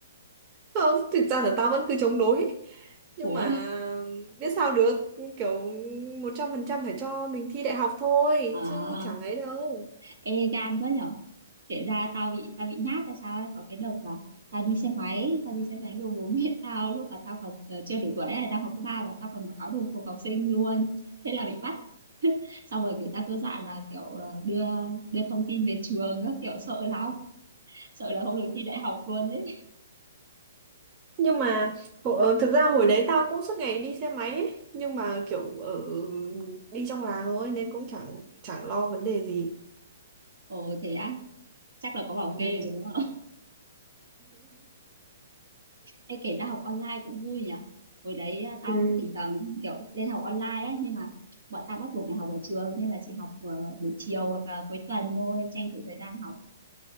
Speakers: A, on the right; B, on the right.
A: không thực ra là tao vẫn cứ chống đối nhưng
B: ủa
A: mà biết sao được kiểu một trăm phần trăm phải cho mình thi đại học thôi
B: à,
A: chứ chẳng ấy đâu
B: ê gan quá nhở kể ra tao bị tao bị nhát hay sao ấy. có cái đợt là tao đi xe máy tao đi xe máy rồi bố <laughs> mẹ tao lúc mà tao còn ờ, chưa đủ tuổi là đang học cấp ba và tao còn mặc áo đồng phục học sinh luôn thế là bị bắt <laughs> xong rồi người ta cứ dọa là kiểu ờ, đưa đưa thông tin về trường các kiểu sợ lắm sợ là không được thi đại học luôn ấy
A: nhưng mà hồ- ờ, thực ra hồi đấy tao cũng suốt ngày đi xe máy ấy. nhưng mà kiểu ở đi trong làng thôi nên cũng chẳng chẳng lo vấn đề gì
B: ồ thế á chắc là có bảo kê
A: ừ.
B: rồi đúng không Ê, kể ra học online cũng vui nhỉ hồi đấy à, tao
A: <laughs>
B: cũng thỉnh thoảng kiểu lên học online á nhưng mà bọn tao bắt buộc phải học ở trường nên là chỉ học ờ, buổi chiều hoặc là cuối tuần thôi tranh thủ thời gian học